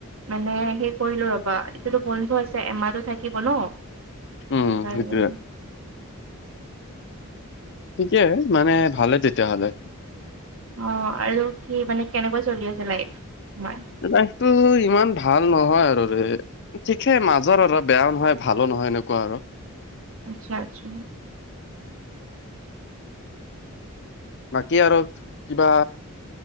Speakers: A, on the right; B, on the left.
A: মানে সেই কৰিলো ৰবা এতিয়াটো বন্ধ আছে এমাহতো থাকিব ন,
B: উম
A: সেইকাৰণে
B: সেইটোৱেই। থিকে মানে ভালে তেতিয়াহ'লে।
A: অ' আৰু কি মানে কেনেকুৱা চলি আছে লাইফ তোমাৰ?
B: লাইফটো ইমান ভাল নহয় আৰু দে। ঠিকেই মাজৰ আৰু বেয়াও নহয় ভালো নহয় এনেকুৱা আৰু।
A: আচ্ছা -আচ্ছা
B: বাকী আৰু কিবা?